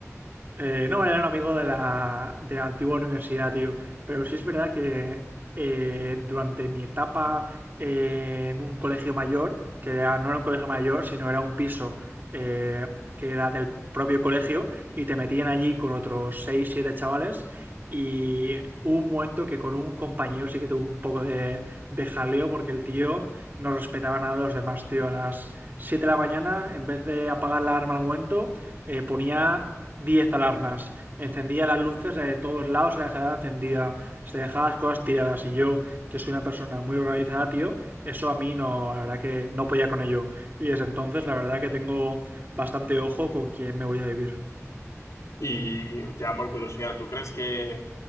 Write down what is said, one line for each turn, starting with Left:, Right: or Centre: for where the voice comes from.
Right: Eh, no, era un amigo de la, de la antigua universidad, tío. Pero sí es verdad que eh, durante mi etapa eh, en un colegio mayor, que era- no era un colegio mayor, sino era un piso eh, que era del propio colegio, y te metían allí con otros 6, 7 chavales. Y hubo un momento que con un compañero sí que tuvo un poco de, de jaleo, porque el tío no respetaba nada a los demás, tío. A las 7 de la mañana, en vez de apagar la alarma al momento, eh, ponía 10 alarmas, encendía las luces de todos lados, se dejaba encendida, se dejaba las cosas tiradas. Y yo, que soy una persona muy organizada, tío, eso a mí no, la verdad que no podía con ello. Y desde entonces, la verdad que tengo bastante ojo con quién me voy a vivir.
Left: Y ya por curiosidad, ¿tú crees que